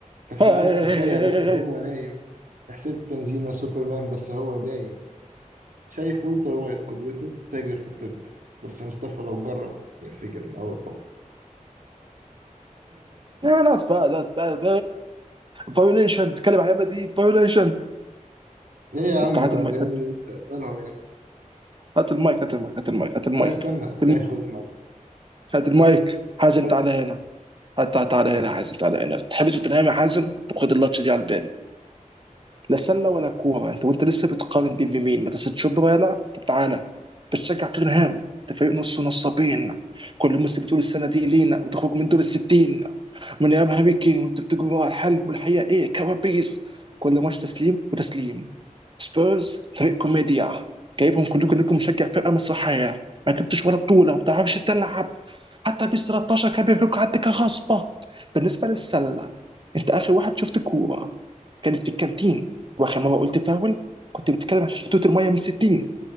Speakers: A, on the right; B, on the right.
A: كأس
B: هاي
A: العالم حكاية بس هو نايم يحسب بنزيما سوبرمان بس هو دايم شايف ولتر وايت قدوته تاجر في الطب بس مصطفى لو جرب ينفجر من أول حب
B: نوت باد نوت باد فايوليشن تتكلم عن ريال مدريد فايوليشن
A: ليه يا عم
B: طب تعال هات
A: ريال
B: المايك هات
A: مدريد ده مالهم يعني
B: هات المايك هات المايك هات المايك هات المايك
A: لا استنى
B: هات
A: ماشي
B: المايك
A: خد المايك يعني.
B: هات المايك حازم
A: خد
B: تعالى هنا هات تعالى هنا حازم تعالى هنا تحب توتنهام يا حازم طب خد اللاتش دي على الباب لا سله ولا كوره انت وانت لسه بتقارن بين مين مدرسه شبرا طب تعالى بتشجع توتنهام ده فريق نص نصابين كل موسم بتقول السنه دي لينا وتخرج من دور الستين من ايام هاري كين وانت بتجري ورا الحلب والحقيقه ايه كوابيس كل ماتش تسليم وتسليم سبيرز فريق كوميديا جايبهم كلكم انكم مشجع فرقه مسرحيه ما جبتش ولا بطوله ما بتعرفش تلعب حتى بيس 13 كان بيفكك عندك كغصبه بالنسبه للسله انت اخر واحد شفت كوره كانت في الكانتين واخر مره قلت فاول كنت بتتكلم عن فتوت الميه من 60